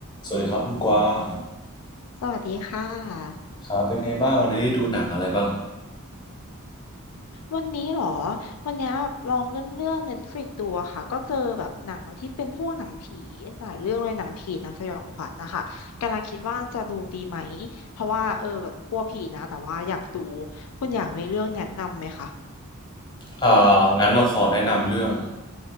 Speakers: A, on the left; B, on the left.
A: สวัสดีครับคุณกวาง
B: สวัสดีค่ะ
A: ครับเป็นไงบ้างวันนี้ได้ดูหนังอะไรบ้าง
B: วันนี้เหรอ วันนี้ลองเลื่อนๆ Netflix ดูอะค่ะก็เจอแบบหนังที่เป็นพวกหนังผีหลายเรื่องเลยหนังผีหนังสยองขวัญนะคะกำลังคิดว่าจะดูดีไหมเพราะว่าเออแบบกลัวผีนะแต่ว่าอยากดูคุณอยากมีเรื่องแนะนำไหมคะ
A: เอ่างั้นเราขอแนะนำเรื่อง